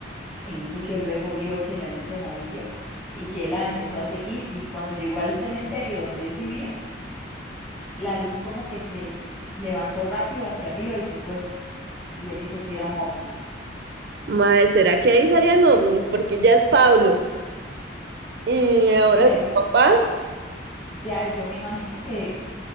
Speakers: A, on the left; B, on the right.
A: y dice que luego vio que la luz se movía y que él la empezó a seguir y cuando llegó al cementerio donde él vivía, la luz como que se levantó rápido hacia arriba y se fue y él dice que era un ovni.
B: Mae, ¿será que ahí salían ovnis? Porque ya es Pablo. Y ahora
A: De ahí
B: su
A: yo,
B: papá,
A: de ahí yo me imagino que,